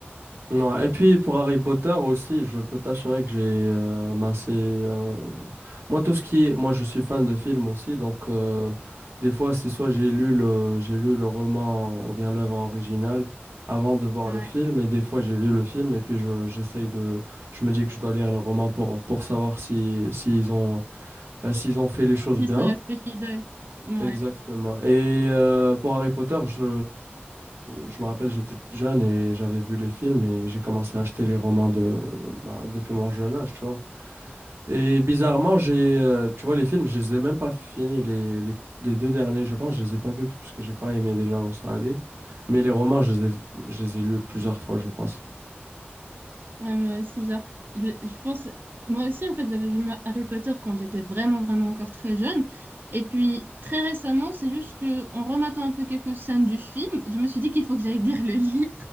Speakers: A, on the right (about 80°); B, on the right (about 55°).
A: Ouais. Et puis pour Harry Potter aussi, je peux t'assurer que j'ai euh, ben, c'est, euh, moi tout ce qui est- moi je suis fan de films aussi donc euh, des fois c'est soit j'ai lu le j'ai lu le roman ou bien l'œuvre originale avant de voir
B: Ouais,
A: le film et des fois j'ai vu le film et puis je j'essaye de je me dis que je dois lire le roman pour pour savoir si s'ils ont ben, s'ils ont fait les choses
B: ils
A: bien.
B: sont restés fidèles. Ouais,
A: Exactement. Et euh, pour Harry Potter, je, je me rappelle, j'étais jeune et j'avais vu les films et j'ai commencé à acheter les romans de, bah, depuis mon jeune âge, tu vois. Et bizarrement, j'ai, euh, tu vois, les films, je les ai même pas finis, les, les, les deux derniers, je pense, je les ai pas vus parce que j'ai pas aimé déjà où ça allait. Mais les romans, je les ai, je les ai lus plusieurs fois, je pense.
B: ouais, moi aussi, genre, je, je pense, moi aussi en fait, j'avais vu Harry Potter quand j'étais vraiment, vraiment encore très jeune. Et puis très récemment, c'est juste que en rematant un peu quelques scènes du film, je me suis dit qu'il faut que j'aille <laughs> lire le livre.